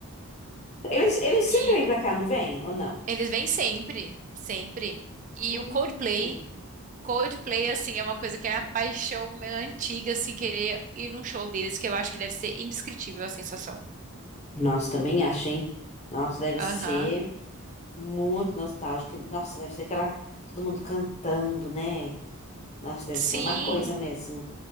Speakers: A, on the left; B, on the right.
A: Eles, eles
B: E
A: sempre vêm pra cá, não vêm? Ou não?
B: eles vêm sempre, sempre. E
A: Hum.
B: o Coldplay, Coldplay, assim, é uma coisa que é a paixão minha antiga, assim, querer ir num show deles, que eu acho que deve ser indescritível a sensação.
A: Nossa, também acho, hein? Nossa, deve
B: Aham.
A: ser muito nostálgico. Nossa, deve ser aquela. Todo mundo cantando, né? Nossa, deve ser
B: Sim,
A: uma coisa mesmo.